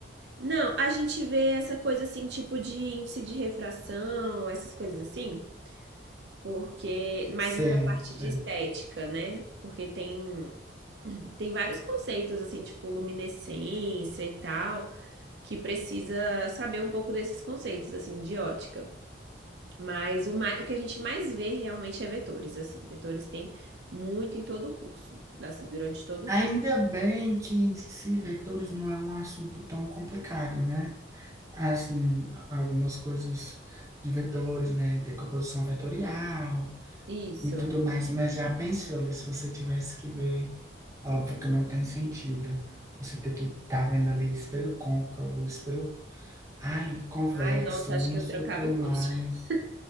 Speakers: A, on the right; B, on the right.
A: Não, a gente vê essa coisa assim, tipo de índice de refração, essas coisas assim, porque mais
B: Sei,
A: nessa parte
B: sei.
A: de estética, né? Porque tem Tem vários conceitos, assim, tipo luminescência e tal, que precisa saber um pouco desses conceitos, assim, de ótica. Mas o, mais, o que a gente mais vê realmente é vetores, assim. Vetores tem muito em todo o curso, assim, durante todo
B: Ainda
A: o curso.
B: bem que em si vetores não é um assunto tão complicado, né? Assim, algumas coisas de vetores, né? Decomposição vetorial
A: Isso.
B: e tudo mais, mas já pensou ali se você tivesse que ver? Óbvio que não tem sentido. Você ter que estar vendo ali espelho côncavo, espelho, ai, convexo
A: Ai, nossa, acho
B: e não
A: que eu
B: sei
A: trancava
B: o que mais.
A: o curso. <laughs>